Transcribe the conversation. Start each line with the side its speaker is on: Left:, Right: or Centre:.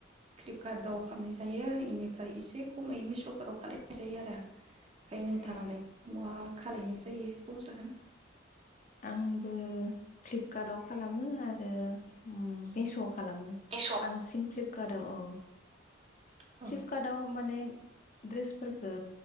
Right: फ्लिपकार्ट दाव खालामनाय जायो बेनिफ्राय एसे खमै मिसफोराव खालनाय जायो आरो ओमफ्राय नोंथांङालाय
Left: अ
Right: मा खालायनाय जायो बुंजागोन
Left: आंबो फ्लिपकार्टव खालामो आरो मिस खालामो
Right: मिस' औ
Left: बांसिन ककारदआव औ
Right: औ
Left: <unintelligible> फ्लिपकार्टव माने दड्रेसफोरखौ